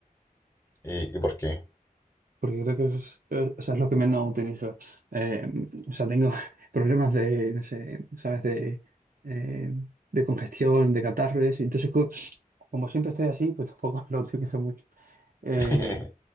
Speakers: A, on the left; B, on the right.
A: ¿y, y por qué?
B: Porque creo que es, eh, o sea, es lo que menos utilizo. Eh, o sea, tengo <laughs> problemas de, no sé, ¿sabes? De, eh, de congestión, de catarro y eso. Entonces, co- como siempre estoy así, pues tampoco <laughs> lo utilizo mucho. Eh,
A: <laughs>